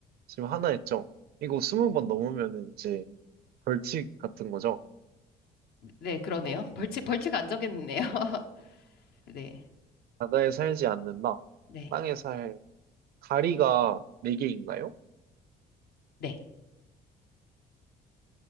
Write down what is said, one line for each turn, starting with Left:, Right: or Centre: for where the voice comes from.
Right: 지금 하나 했죠? 이거 스무 번 넘으면은 이제 벌칙 같은 거죠?
Left: 네, 그러네요. <laughs> 벌칙, 벌칙 안 정했네요. <laughs> 네.
Right: 바다에 살지 않는다.
Left: 네.
Right: 땅에 살 다리가 네 개인가요?
Left: 네.